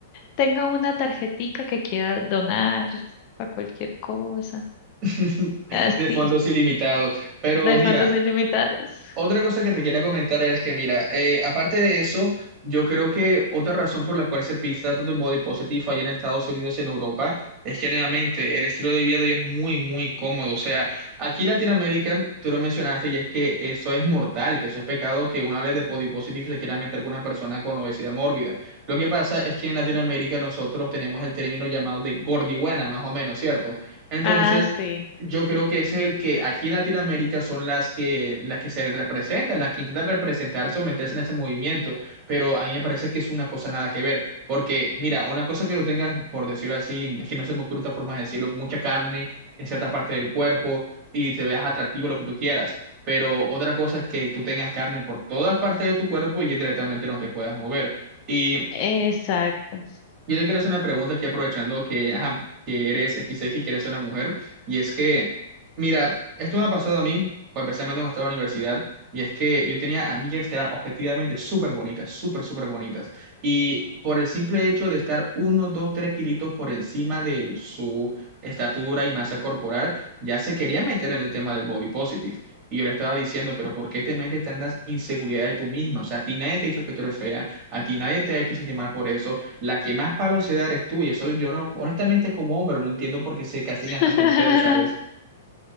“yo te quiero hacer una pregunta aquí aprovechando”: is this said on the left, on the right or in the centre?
Right